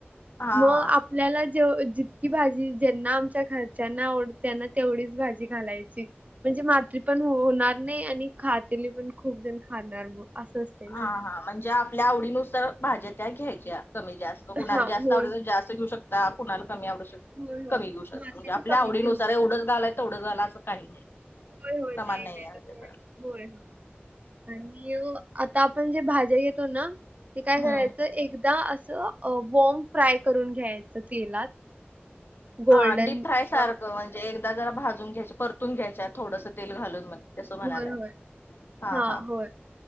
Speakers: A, on the left (about 60°); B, on the right (about 35°).
A: हा
B: मग आप
A: हा.
B: आपल्याला जेव जितकी भाजी ज्यांना आमच्या घरच्यांना आवड त्यांना तेवढीच भाजी घालायची म्हणजे माती पण होणार नाही आणि खातली पण खूप जण खाणार असं ना
A: हा हा म्हणजे आपल्या आवडीनुसार भाज्या त्या घ्यायच्या कमी जास्त कुणाला
B: हा
A: जास्त
B: होय
A: आवडेतल जास्त घेऊ शकता काुणाला कमी आवडू शकता
B: होय होय
A: कमी घेऊ शकता
B: हा त्यांनी
A: म्हणजे आपल्या
B: कमी
A: आवडीनुसार
B: घेऊ शकतो
A: एवढंच झाालाय तेवढंच झााला असं काही नाही
B: होय, होय.
A: समान नाही आहे
B: तसं नाही. होय होय आणि आता आपण जे भाज्या घेतो ना ते काय
A: हम्म.
B: करायचं एकदा असं बॉ्ंग फ्राय करून घ्यायचं तेलात गोल्डन
A: हा डीप फ्राय सारखं
B: ब्राऊन
A: म्हणजे एकदा जरा भाजून घ्यायच परतून घ्यायचय थोडस तेल घालून मग तसं म्हणालाय
B: होय, होय.
A: हा
B: हां,
A: हा
B: होय.